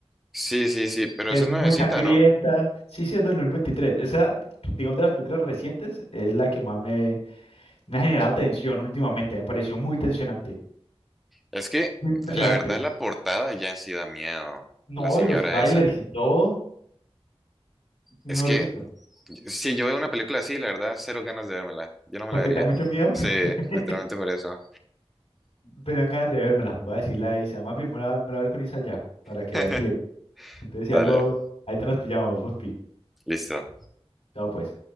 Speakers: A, in the centre; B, on the left.
A: Sí, sí, sí, pero
B: Es
A: esa es
B: muy
A: nuevecita,
B: sangrienta.
A: ¿no?
B: Sí, sí, es del dos mil veintitrés. Esa, digamos, de las películas recientes, es la que más me, me ha generado tensión últimamente. Me pareció muy tensionante.
A: Es que
B: Muy impresionante.
A: la verdad la portada ya en sí da miedo,
B: No,
A: la señora
B: y los trailers
A: esa.
B: y todo, mejor
A: Es que
B: dicho.
A: si yo veo una película así, la verdad, cero ganas de vérmela. Yo no me
B: porque
A: la vería.
B: te da mucho miedo.
A: Sí,
B: <laughs>
A: literalmente por eso.
B: Me dan ganas de vérmela. Voy a decirle a Isa. Más bien, me la, me la voy a ver con Isa ya, para
A: <laughs>
B: que a ver si le gusta. Entonces,
A: Dale,
B: si algo, ahí te nos pillamos, Fospi.
A: listo.
B: Chao, pues.